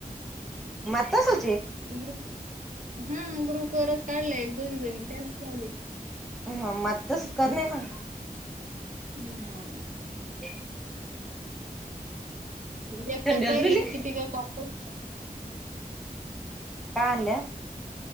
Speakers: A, in the centre; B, on the right (about 55°).
A: म सु
B: गर हा ग्रुप वरच काढले एक दोघी जणी त्यालाच लावली
A: हा मग तसच करणे ना
B: हम्
A: <inaudible>
B: एक
A: थंड
B: तर
A: हच
B: पहिलेच
A: रेली
B: किती का कॉल
A: कान